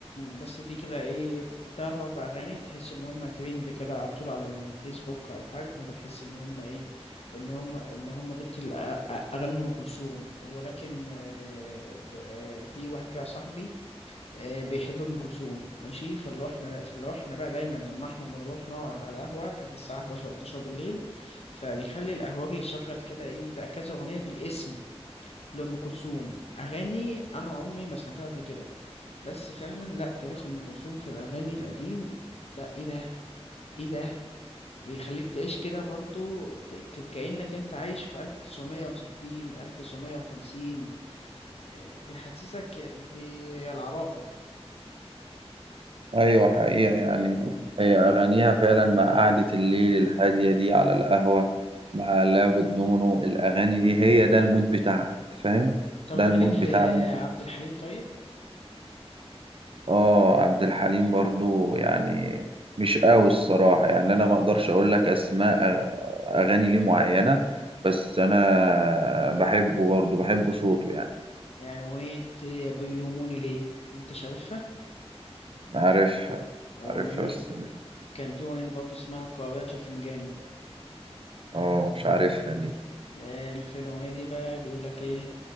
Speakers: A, on the left; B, on the right.
A: بس في كده ايه تلات اربع اغاني تحس ان هم ترند كده على طول على الفيسبوك او حاجه فانت تحس ان هم ايه ان هم ان هم دول اغاني ام كلثوم ولكن آه، ك- آه، في واحد كده صاحبي آه، بيحب ام كلثوم ماشي فاللي هو احنا فاللي هو احنا بقى دايما لما احنا بنروح نقعد على قهوه لحد الساعه 11 أو 12 بالليل فبيخلي القهوجي يشغل كده ايه بقى كذا اغنيه بالاسم لأم كلثوم أغاني أنا عمري ما سمعتها قبل كده بس فعلا لا تاريخ ام كلثوم في الاغاني القديم لا ايه ده ايه ده بيخليك تعيش كده برضو ت- ك- كأنك انت عايش في 1960 1950 آه، بيحسسك بالعراقة
B: أيوة حقيقة يعني هي أغانيها فعلا مع قعدة الليل الهادية دي على القهوة مع لعب الدومينو الأغاني دي هي ده المود بتاعها أنت فاهم
A: طب
B: ده
A: انت
B: المود
A: ليك في
B: بتاع أم كلثوم
A: عبد الحليم طيب
B: اه عبد الحليم برضو يعني مش قوي الصراحة يعني انا ما اقدرش اقول لك اسماء أغ- اغاني ليه معينة بس انا بحبه برضو بحب صوته يعني
A: يعني اغنية بيلوموني ليه انت شايفها
B: عارفها
A: اغنية
B: عارفها بس مش
A: كان في اغنية برضو اسمها قارئة الفنجان
B: اه مش عارفها دي
A: آه، في الأغنية دي بقى بيقول لك إيه